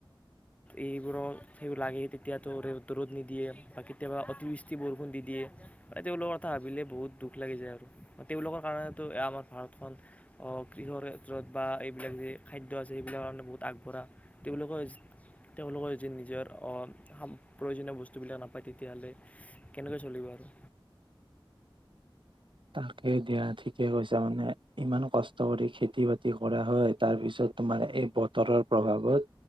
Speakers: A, on the left; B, on the right.
A: এইবোৰৰ সেই লাগে তেতিয়াতো' ৰ'দ নিদিয়ে বা কেতিয়াবা অতিবৃষ্টি বৰষুণ দি দিয়ে মানে তেওঁলোকৰ কথা ভাবিলে বহুত দুখ লাগি যায় আৰু তেওঁলোকৰ কাৰণেতো আমাৰ ভাৰত কৃষৰ ক্ষেত্ৰত বা এইবিলাক যে খাদ্য আছে সেইবিলাকৰ কাৰণে বহুত আগবঢ়া তেওঁলোকৰ তেওঁলোকৰ যদি নিজৰ প্ৰয়োজনীয় বস্তুবিলাক নাপায় তেতিয়াহ'লে কেনেকৈ চলিব আৰু
B: তাকে দিয়া ঠিকে কৈছা মানে ইমান কষ্ট কৰি খেতি বাতি কৰা হয় তাৰ পিছত তোমাৰ এই বতৰৰ প্ৰভাৱত